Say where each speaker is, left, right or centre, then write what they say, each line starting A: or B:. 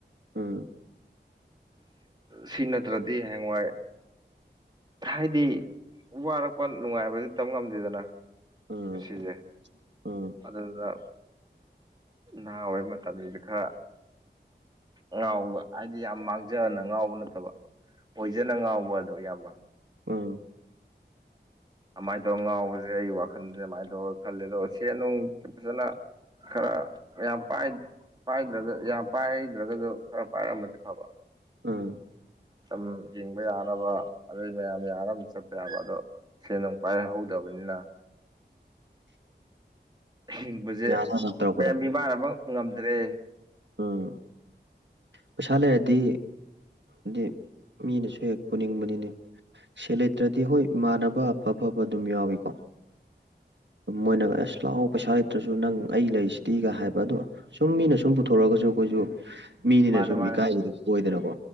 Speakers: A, on the right; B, on the right.
A: ꯎꯝ
B: ꯁꯤ ꯅꯠꯇ꯭ꯔꯗꯤ ꯍꯌꯦꯡꯋꯥꯏ ꯍꯥꯏꯗꯤ ꯋꯥꯔꯛꯄ ꯅꯨꯡꯉꯥꯏꯕꯗꯤ ꯇꯕ ꯉꯝꯗꯦꯗꯅ
A: ꯎꯝ
B: ꯉꯁꯤꯁꯦ
A: ꯎꯝ
B: ꯑꯗꯨꯗꯨꯅ ꯅꯍꯥ ꯑꯣꯏꯔꯤ ꯃꯇꯝꯗꯤ ꯈꯔ ꯉꯥꯎꯕ ꯍꯥꯏꯗꯤ ꯌꯥꯝ ꯃꯥꯡꯖꯅ ꯉꯥꯎꯕ ꯅꯠꯇꯕ ꯑꯣꯏꯖꯅ ꯉꯥꯎꯕ ꯑꯗꯣ ꯏꯌꯥꯝꯕ
A: ꯎꯝ
B: ꯑꯃꯥꯏꯅ ꯇꯧꯔꯒꯥ ꯉꯥꯎꯕꯖꯦ ꯑꯩ ꯋꯥꯈꯟꯗꯥ ꯑꯃꯥꯏꯅ ꯇꯧꯔꯒꯥ ꯈꯜꯂꯦ ꯑꯗꯣ ꯁꯦꯟꯅꯨꯡ ꯐꯖꯅ ꯈꯔ ꯌꯥꯝ ꯄꯥꯏ ꯄꯥꯏꯗ꯭ꯔꯒꯥ ꯌꯥꯝ ꯄꯥꯏꯗ꯭ꯔꯒꯁꯨ ꯈꯔ ꯄꯥꯏꯔꯝꯃꯗꯤ ꯐꯕ
A: ꯑꯝ
B: ꯇꯝ ꯍꯤꯡꯕ ꯌꯥꯅꯕ ꯑꯗꯨꯩ ꯃꯌꯥꯝ ꯌꯥꯅꯕꯁꯨ ꯆꯠꯄ ꯌꯥꯕ ꯑꯗꯣ ꯁꯦꯟ ꯅꯨꯡ ꯄꯥꯏꯍꯧꯗꯕꯅꯤꯅ
A: <inaudible>
B: ꯍꯤꯡꯕꯁ꯫ꯖꯦ
A: ꯌꯥꯅꯕ ꯇꯧꯔꯛꯄꯗꯣ
B: ꯃꯌꯥꯝ ꯃꯤꯃꯥꯟꯅꯕ ꯉꯝꯗ꯭ꯔꯦ
A: ꯎꯝ ꯄꯩꯁꯥ ꯂꯩꯔꯗꯤ ꯍꯥꯏꯗꯤ ꯃꯤꯅꯁꯨ ꯍꯦꯛ ꯄꯨꯅꯤꯡꯕꯅꯤꯅꯦ ꯁꯦꯜ ꯂꯩꯇ꯭ꯔꯗꯤ ꯍꯣꯏ ꯃꯥꯟꯅꯕ ꯑꯐ ꯑꯐꯕ ꯑꯗꯨꯝ ꯌꯥꯎꯏꯀꯣ ꯃꯣꯏꯅꯒ ꯑꯁ ꯂꯥꯛꯑꯣ ꯄꯩꯁꯥ ꯂꯩꯇ꯭ꯔꯁꯨ ꯅꯪ ꯑꯩ ꯂꯩꯔꯤꯁꯤꯗꯤꯒ ꯍꯥꯏꯕ ꯑꯗꯣ ꯁꯨꯝ ꯃꯤꯅ ꯁꯨꯝ ꯄꯨꯊꯣꯔꯛꯒꯖꯨ ꯑꯩꯈꯣꯏꯁꯨ ꯃꯤꯅꯤꯅ
B: ꯃꯥꯅꯦ
A: ꯁꯨꯝ
B: ꯃꯥꯅꯦ
A: ꯏꯀꯥꯏꯕꯗꯨ ꯑꯣꯏꯗꯅꯀꯣ